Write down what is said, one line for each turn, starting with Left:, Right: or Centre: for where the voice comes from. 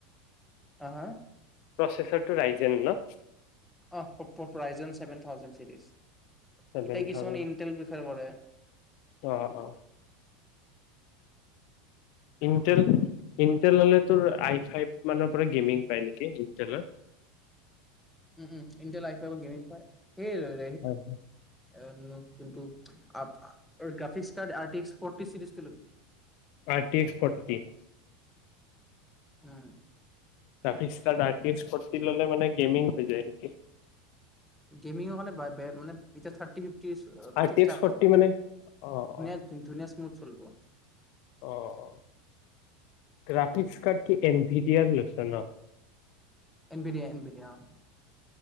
Centre: আহ' হা।
Left: প্ৰচেছৰটো ৰাইজেন ন'।
Centre: অ প্ৰ prize seven thousand series.
Left: Seven
Centre: এতিয়া কিছুমানে
Left: থাউজেণ্ড
Centre: ইনটল প্ৰফাৰ কৰে।
Left: অ' অ' ইণ্টেল ইণ্টেল হ'লে তোৰ আই ফাইভ মানৰ পৰা গেমিং পায় নেকি ইণ্টেলৰ।
Centre: উম, উম। <unintelligible> গেমিং পায়। <unintelligible>
Left: হয় হয়
Centre: অ'। কিন্তু আ-আ গ্ৰাফিক্ট ষ্টাৰ্ট আৰ্টিষ্ট ফটি চিৰিজটো লবি।
Left: আৰটিক ফৰ্টি।
Centre: উম।
Left: তাৰপিছষ্টাৰ আৰ্টিষ্ট শিকি ললে মানে গেমিং হৈ যায় নেকি?
Centre: গেমিংৰ কাৰণে ব-বে মানে এতিয়া থাত <unintelligible>
Left: আৰ
Centre: ঠিক
Left: টি এক্স
Centre: ঠাক
Left: ফৰ্টি
Centre: আৰু ধুনীয়া
Left: মানে অ অ
Centre: ধুনীয়া মোড চলব।
Left: অ' গ্ৰাফিক্স কাৰ্ড কি এন ভি ডি আৰ লৈছে ন?
Centre: <unintelligible>